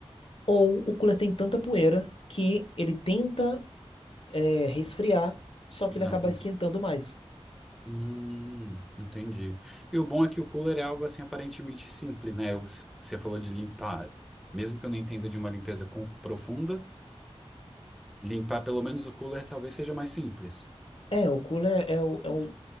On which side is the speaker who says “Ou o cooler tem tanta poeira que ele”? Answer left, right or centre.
Left